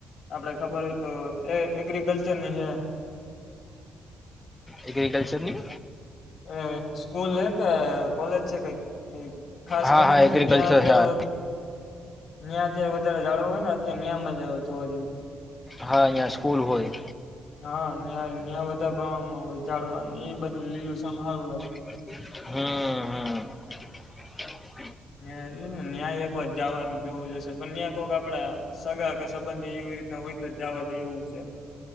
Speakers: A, on the left; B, on the left.
A: આપડે ખબર હોય તો એ એગ્રીકલ્ચર ની છે.
B: એગ્રિકલ્ચરની.
A: અ સ્કૂલ તો કોલેજ છે કંઈક ખાસ
B: હા
A: ખબર
B: હા
A: નથી
B: એગ્રીકલ્ચર
A: ત્યા અત્યારે
B: હા
A: ત્યા વધારે જાળવું હોય ને અત્યારે મજા જોવા જોઈએ.
B: હા અહીંયા સ્કૂલ હોય.
A: હા ન્યા ન્યા વધારે પ્રમાણમાં હોય ઝાડવાનું એ બધું લીલું સામ હારું લાગે.
B: હમ હમ.
A: ન એટલે ને ન્યાક એક વાર જવાનું જોવું જશે પણ ન્યાયક આપડા સગા કે સંબંધી એવી રીતના હોય તો જવા દે એવું છે